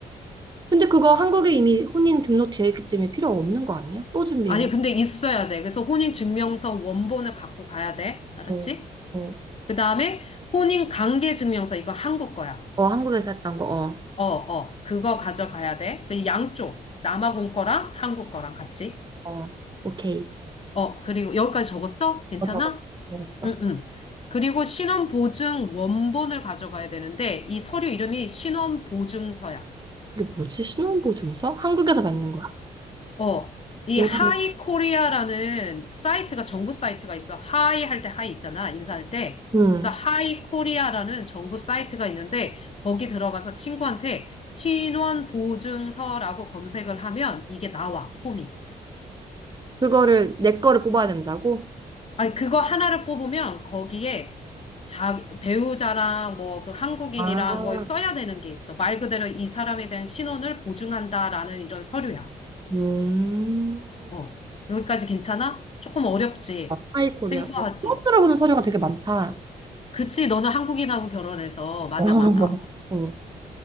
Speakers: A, on the right; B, on the left.
A: 근데 그거 한국에 이미 혼인 등록되어 있기 때문에 필요 없는 거 아니야? 또 준비해야
B: 아니,
A: 돼.
B: 근데 있어야 돼. 그래서 혼인증명서 원본을 갖고 가야 돼. 알았지?
A: 어, 어,
B: 그 다음에 혼인관계증명서, 이거 한국 거야.
A: 어, 한국에서 했던 거.
B: 어, 어, 그거 가져가야 돼. 그 양쪽, 남아공 거랑 한국 거랑 같이.
A: 어, 어, 오케이.
B: 어, 그리고 여기까지 적었어? 괜찮아?
A: 어, 적었어. 적었어.
B: 응, 응. 그리고 신원보증 원본을 가져가야 되는데, 이 서류 이름이 신원보증서야.
A: 그게 뭐지? 신혼보증서? 한국에서 받는 거야?
B: 어, 이
A: 음.
B: 하이 코리아라는 사이트가 정부 사이트가 있어. 하이 할 때 하이 있잖아. 인사할 때.
A: 음.
B: 그래서 하이 코리아라는 정부 사이트가 있는데 거기 들어가서 친구한테 신원 보증서라고 검색을 하면 이게 나와. 폼이.
A: 그거를 내 거를 뽑아야 된다고?
B: 아, 그거 하나를 뽑으면 거기에 자, 배우자랑 뭐 그 한국인이랑
A: 아,
B: 뭐 써야 되는 게 있어. 말 그대로 이 사람에 대한 신원을 보증한다라는 이런 서류야.
A: 음.
B: 어, 여기까지 괜찮아? 조금 어렵지.
A: 어, 하이 코리아.
B: 생소하지.
A: 뭐, 처음 들어보는 서류가 되게 많다.
B: 그치, 너는 한국인하고 결혼해서. 맞아,
A: 어, <laughs>
B: 맞아.
A: 어.